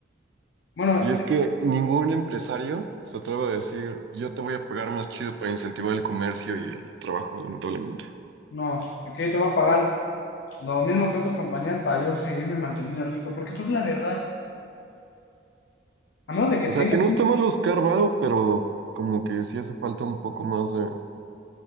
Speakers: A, on the left; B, on the right.
A: Bueno,
B: Y es que ningún empresario se atreve a decir, yo te voy a pagar más chido para incentivar el comercio y el trabajo, lamentablemente.
A: no, es que yo te voy a pagar lo mismo que otras compañías para yo seguirme manteniendo rico, porque pues la verdad, a menos de que
B: O
A: tengas,
B: sea, que no está mal buscar varo, pero como que sí hace falta un poco más de